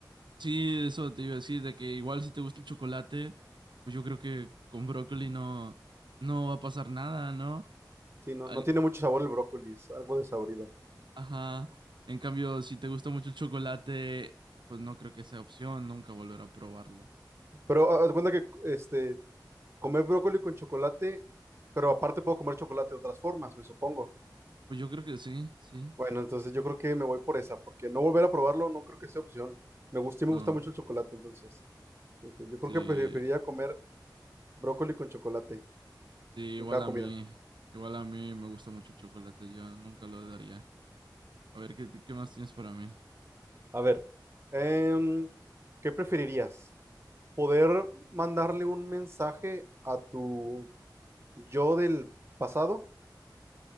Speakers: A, on the right (about 80°); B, on the right (about 35°).
A: Sí, eso te iba a decir, de que igual si te gusta el chocolate, pues yo creo que con brócoli no, no va a pasar nada, ¿no?
B: Sí, no,
A: Ay,
B: no tiene mucho sabor el brócoli, es algo desabrido.
A: Ajá. En cambio, si te gusta mucho el chocolate, pues no creo que sea opción, nunca volver a probarlo.
B: Pero haz de cuenta que, este... Comer brócoli con chocolate, pero aparte puedo comer chocolate de otras formas, me supongo.
A: Pues yo creo que sí, sí.
B: Bueno, entonces yo creo que me voy por esa, porque no volver a probarlo no creo que sea opción. Me gusta y me
A: No,
B: gusta mucho el chocolate, entonces. este, yo creo
A: sí,
B: que preferiría comer brócoli con chocolate
A: sí,
B: en
A: igual
B: cada comida.
A: a mí, igual a mí me gusta mucho el chocolate, yo nunca lo daría. A ver, ¿qué, qué más tienes para mí?
B: A ver, Em, ¿qué preferirías? ¿Poder mandarle un mensaje a tu yo del pasado